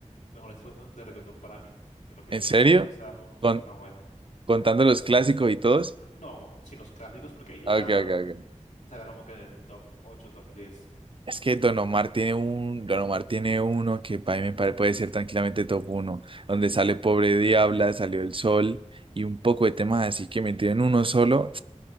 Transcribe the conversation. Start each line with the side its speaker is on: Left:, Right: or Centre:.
Left: mejores álbumes de reggaetón para mí. Creo que
Right: ¿En
Left: tienen
Right: serio?
Left: demasiada mu- música
Right: ¿Con,
Left: buena.
Right: contando los clásicos y todos?
Left: No, sin los clásicos porque ya
Right: Ok, ok, ok.
Left: será como que en el top 8, top 10.
Right: Es que Don Omar tiene un, Don Omar tiene uno que para mí me pare- puede ser tranquilamente top uno, donde sale Pobre Diabla, salió El Sol y un poco de temas así que metido en uno solo,